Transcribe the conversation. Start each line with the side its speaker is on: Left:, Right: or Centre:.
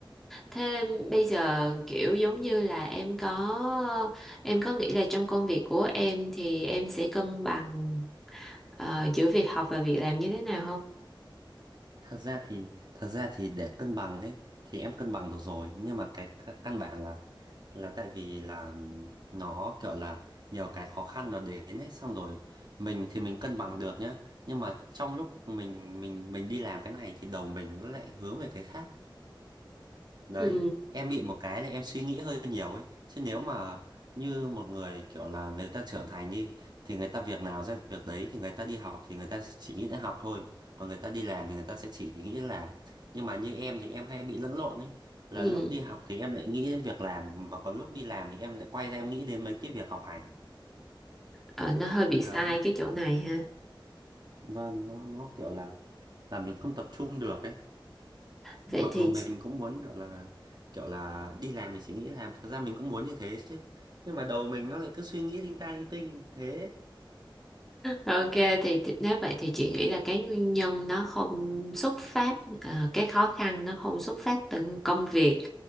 Centre: thế bây giờ kiểu giống như là em có em có nghĩ là trong công việc của em thì em sẽ cân bằng ờ, giữa việc học và việc làm như thế nào không?
Right: thật ra thì thật ra thì để cân bằng ấy thì em cân bằng được rồi, nhưng mà cái c- căn bản là là tại vì là ừm, nó kiểu là nhiều cái khó khăn nó đến ấy xong rồi mình thì mình cân bằng được nhá, nhưng mà trong lúc mình mình mình đi làm cái này thì đầu mình nó lại hướng về cái khác Đấy,
Centre: Ừ.
Right: em bị một cái là em suy nghĩ hơi nhiều ấy. Chứ nếu mà như một người kiểu là người ta trưởng thành đi, thì người ta việc nào ra việc đấy, thì người ta đi học thì người ta sẽ chỉ nghĩ đến học thôi. Còn người ta đi làm thì người ta sẽ chỉ nghĩ đến làm. Nhưng mà như em thì em hay bị lẫn lộn ấy. Là
Centre: Ừ.
Right: lúc đi học thì em lại nghĩ đến việc làm, mà còn lúc đi làm thì em lại quay ra em nghĩ đến mấy cái việc học hành.
Centre: Ờ, nó hơi bị
Right: Đấy,
Centre: sai cái chỗ này ha.
Right: vâng, nó, nó kiểu là là mình không tập trung được ấy.
Centre: Vậy
Right: mặc
Centre: thì
Right: dù mình cũng muốn kiểu là kiểu là đi làm thì chỉ nghĩ làm thật ra mình cũng muốn như thế chứ nhưng mà đầu mình nó lại cứ suy nghĩ linh ta linh tinh thế
Centre: ok thì, thì nếu vậy thì chị nghĩ là cái nguyên nhân nó không xuất phát ờ, cái khó khăn nó không xuất phát từ công việc